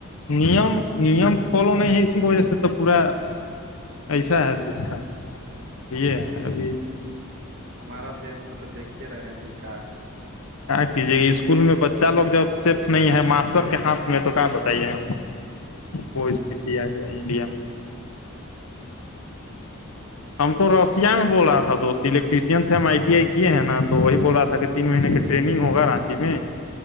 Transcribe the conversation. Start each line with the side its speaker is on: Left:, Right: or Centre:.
Left: نیم نیم فالو نہیں ہے اسی کی وجہ سے تو پورا ایسا ہے سسٹم یہ ہے ابھی
Right: ہمارا دیش میں تو دیکھیے رہے ہیں کہ کیا ہے
Left: کیا کیجیے اسکول میں بچہ لوگ جب صفٹ نہیں ہے ماسٹر کے ہاتھ میں تو کیا بتائیے وہ است آ ج ہے انڈیا میں
Right: ا
Left: ہم کو رشیا میں بول رہا تھا دوست الیکٹریشنس ہم آئی ٹی آئی کیے ہیں نا تو وہی بول رہا تھا کہ تین مہینے کا ٹریننگ ہوگا رانچی میں